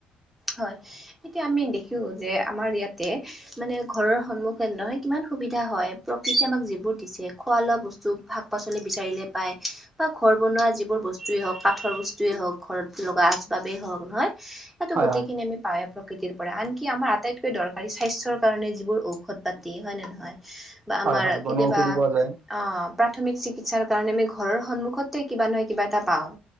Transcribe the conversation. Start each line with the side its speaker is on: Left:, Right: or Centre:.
Centre: হয়, এতিয়া আমি দেখিলো যে আমাৰ ইয়াতে মানে ঘৰৰ সন্মুখন নহয় কিমান সুবিধা হয় প্ৰকৃতিয়ে আমাক যিবোৰ দিছে খোৱা লোৱা ব স্তু, শাক পাচলি বিচাৰিলে পায় বা ঘৰ বনোৱা যিবোৰ বস্তুৱেই হওক কাঠৰ বস্তুৱেই হওক ঘৰত লগা আ বাবেই হওক নহয় সেইটো
Right: হয়
Centre: গোটেইখিনি
Right: হয়
Centre: আমি পাওঁৱেই প্ৰকৃতিৰ পৰা আনকি আমাৰ আটাইতকৈ দৰকাৰী স্বাস্থ্যৰ কাৰণে যিবোৰ ঔষধ পাতি হয় নে নহয়? বা
Right: হয়
Centre: আমাৰ
Right: হয় বনৰ
Centre: কেতিয়াবা
Right: ঔষধি পোৱা যায়
Centre: অঁ প্ৰাথমিক চিকিৎসাৰ কাৰণে আমি ঘৰৰ সন্মুখত কিবা নহয় কিবা এটা পাওঁ।